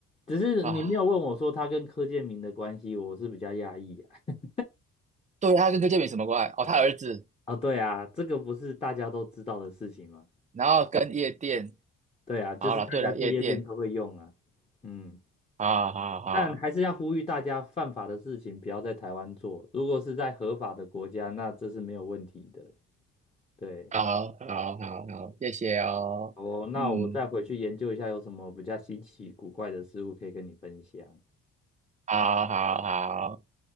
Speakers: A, on the left; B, on the right.
A: 只是你没有问我说他跟柯建明的关系，
B: 啊，
A: 我是比较讶异啊。<laughs>
B: 对，他跟柯建铭什么关系？哦，他儿子，
A: 啊，对啊，这个不是大家都知道的事情嘛？
B: 然后跟夜店。
A: 对啊，就是大家去夜店都会用啊。
B: 好了，对了，夜店。
A: 嗯，
B: 好好好，
A: 但还是要呼吁大家，犯法的事情不要在台湾做，如果是在合法的国家，那这是没有问题的。对。
B: 好好好好，谢谢哦。
A: 好哦，那我再回去研究一下有什么比较稀奇古怪的事物可以跟你分享。
B: 嗯，好好好。